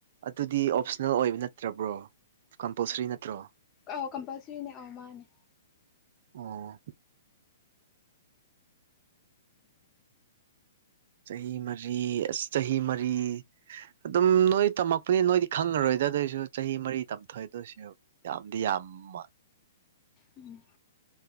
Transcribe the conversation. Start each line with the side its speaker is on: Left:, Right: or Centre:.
Right: ꯑꯗꯨꯗꯤ ꯑꯣꯞꯁ꯭ꯅꯦꯜ ꯑꯣꯏꯕ ꯅꯠꯇ꯭ꯔꯕ꯭ꯔꯣ ꯀꯝꯄꯜꯁ꯭ꯔꯤ ꯅꯠꯇ꯭ꯔꯣ
Left: ꯑꯥꯎ ꯀꯝꯄꯜꯁ꯭ꯔꯤꯅꯦ ꯑꯧ ꯃꯥꯅꯦ
Right: ꯑꯣ ꯆꯍꯤ ꯃꯔꯤ ꯑꯁ ꯆꯍꯤ ꯃꯔꯤ ꯑꯗꯨꯝ ꯅꯣꯏ ꯇꯝꯃꯛꯄꯅꯤ ꯅꯣꯏꯗꯤ ꯈꯪꯉꯔꯣꯏ ꯗꯗꯣꯏꯁꯨ ꯆꯍꯤ ꯃꯔꯤ ꯇꯝꯊꯣꯏꯗꯣꯏꯁꯨ ꯌꯥꯝꯗꯤ ꯌꯥꯝ ꯃꯥ
Left: ꯎꯝ